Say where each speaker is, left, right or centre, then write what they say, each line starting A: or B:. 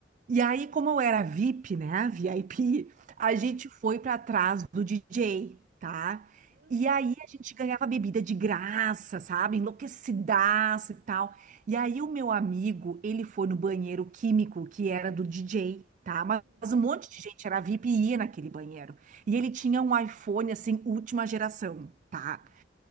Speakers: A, on the right; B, on the right.
A: E aí, como eu era VIP, né? VIP,
B: Uhum.
A: a gente foi pra trás do DJ, tá?
B: Hum.
A: E aí a gente ganhava bebida de graça, sabe? Enlouquecidaça e tal. E aí o meu amigo, ele foi no banheiro químico que era do DJ, tá?
B: Uhum.
A: Mas mas um monte de gente era VIP e ia naquele banheiro. E ele tinha um iPhone assim, última geração, tá?
B: Uhum.